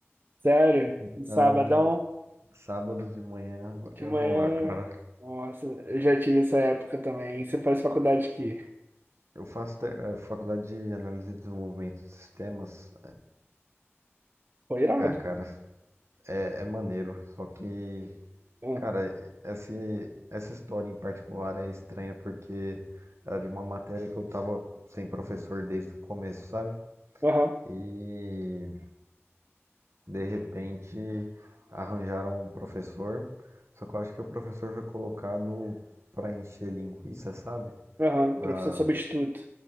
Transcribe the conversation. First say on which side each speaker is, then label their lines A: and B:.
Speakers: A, on the right; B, on the right.
A: Sério?
B: Então,
A: No sabadão?
B: sábado de manhã
A: De
B: eu
A: manhã?
B: vou lá, cara.
A: Nossa, eu já tive essa época também. Você faz faculdade aqui?
B: Eu faço te- é, faculdade de análise e desenvolvimento de sistemas.
A: Foi irado.
B: É, ah, cara, é, é maneiro. Só que,
A: Ah,
B: cara, esse, essa história em particular é estranha porque era de uma matéria que eu tava sem professor desde o começo, sabe?
A: Aham,
B: E De repente arranjaram um professor, só que eu acho que o professor foi colocado para encher linguiça, sabe?
A: aham,
B: Pra
A: professor substituto.